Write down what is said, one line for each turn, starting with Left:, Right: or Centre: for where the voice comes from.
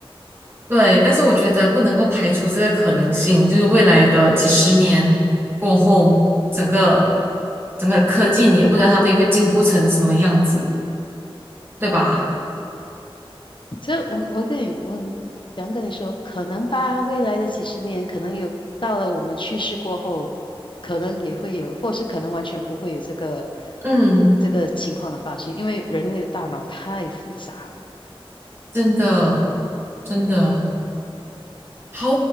Right: 对，但是我觉得不能够排除这个可能性，就是未来的几十年过后，
Left: 嗯哼。
Right: 整个整个科技你也不知道它到底会进步成什么样子，对吧？
Left: 所以我我跟你我想跟你说，可能吧，未来的几十年，可能有到了我们去世过后，可能也会有，或是可能完全不会有这个
Right: 嗯，
Left: 这个情况的发生，因为人类的大脑太复杂了。
Right: 真的真的好，